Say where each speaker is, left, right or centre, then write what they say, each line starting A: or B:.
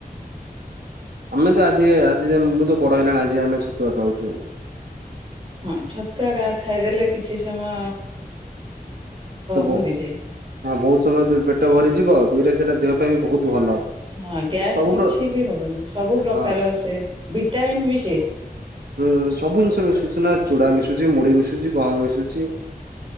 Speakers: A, on the right; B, on the right.
A: ଆମେ ତ ଆଜି ଆଜି ମୁଁ ତ ବଡ ହେଲାଣି ଆଜି ଆମେ ଛତୁଆଖାଉଛୁ।
B: ହଁ ଛତୁଆ ଖାଇଦେଲେ କିଛି ସମୟ
A: ହଁ
B: ଭରିଯାଏ
A: ବହୁତ ସମୟ ତୁ ପେଟ ଭରିଯିବ ଆଉ। ଦୁଇରେ ସେଟା ଦେହ ପାଇଁ ବହୁତ ଭଲ।
B: ହଁ ଗ୍ୟାସ୍
A: ସବୁ
B: କିଛି
A: ପ୍ର
B: ବି ହବନି ସବୁ ପ୍ରକାର
A: ହଁ
B: ସେ ଭିଟାମିିନ ବି ସେ
A: ହୁଁ ସବୁ ଜିନିଷ ମିଶୁଛି ନା ଚୁଡା ମିଶୁଛି ମୁଢି ମିଶୁଛି ଗହମ ମିଶୁଛି।